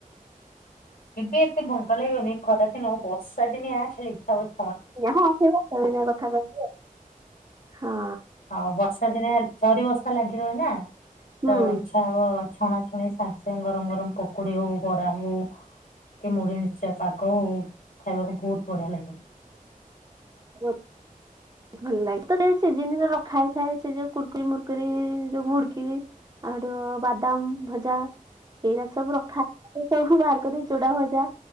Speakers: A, on the left; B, on the right.
A: ଏବେ ଏତେ ବାଙ୍କା ଲାଗିବନି ଖରା ଦିନ ବର୍ଷା ଦିନିଆ ଖାଲି ଇଚଛା ହଉଛି
B: ହଁ ସେ ଭଳିଆ କଥା ସେଇ ହିଁ ଭଳିଆ କଥା କହିଛି ହଁ।
A: ହଁ ବର୍ଷା ଦିନିଆ ଝରି ବସ୍ତା ଲାଗି ରହେ ନା ତ
B: ହୁଁ
A: ଇଚଛା ହବ ଛଣା ମୁଁ ଏ ସାଙ୍ଗେ ସାଙ୍ଗେ ଗରମ ଗରମ ପକୁଡି ହଉ ବରା ହଉ ଖ କି ମୁଢି ମିଶ୍ଚା ପାଗ ହଉ ଖାଇବାକୁ ବହୁତ ବଢିଆ ଲାଗେ।
B: ହ ଭଲ ଲାଗେ ତ ସେ ଜିନିଷରୁ ରଖା ହେଇଥାଏ ସେ ଯୋଉ କୁରକୁରି ମୁର୍କୁରି ଯୋଉ ମୁଡିକି ଆଉ ହେଟୁ ବାଦାମ ଭଜା ଏଇରା ସବୁ ରଖା <unintelligible> ବାହାର କରି ଚୁଡା ଭଜା